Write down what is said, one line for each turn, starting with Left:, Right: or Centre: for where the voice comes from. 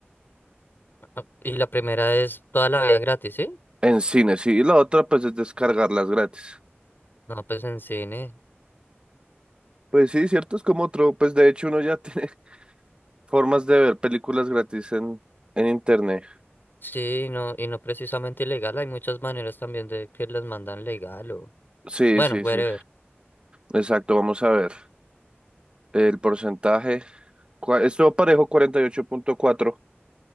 Left: <laughs> Y la primera es toda la vida gratis, ¿sí?
Right: En cine, sí. Y la otra, pues, es descargarlas gratis.
Left: No, pues en cine.
Right: Pues sí, cierto, es como otro. Pues de hecho, uno ya tiene <laughs> formas de ver películas gratis en, en internet.
Left: Sí, no, y no precisamente ilegal. Hay muchas maneras también de que las mandan legal o...
Right: Sí,
Left: Bueno,
Right: sí,
Left: whatever.
Right: sí. Exacto, vamos a ver. El porcentaje cua- estuvo parejo cuarenta y ocho punto cuatro